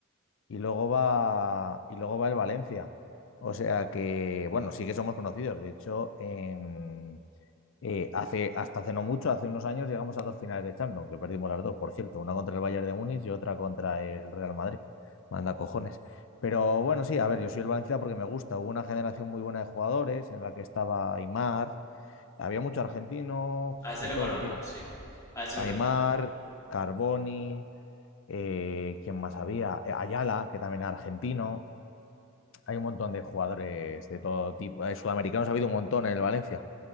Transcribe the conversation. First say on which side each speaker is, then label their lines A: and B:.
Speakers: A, on the left; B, on the left.
A: y luego va, y luego va el Valencia. O sea que, bueno, sí que somos conocidos. De hecho, en- eh, hace, hasta hace no mucho, hace unos años, llegamos a dos finales de Champions, que perdimos las dos, por cierto, una contra el Bayern de Múnich y otra contra el Real Madrid. Manda cojones. Pero bueno, sí, a ver, yo soy el Valencia porque me gusta. Hubo una generación muy buena de jugadores en la que estaba Aimar, había mucho argentino,
B: A ese
A: de
B: lo
A: todo,
B: conozco,
A: tío.
B: sí. A ese
A: Aimar,
B: lo conozco.
A: Carboni, eh, ¿quién más había? Eh, Ayala, que también era argentino. Hay un montón de jugadores de todo tipo. Eh, sudamericanos ha habido un montón en el Valencia.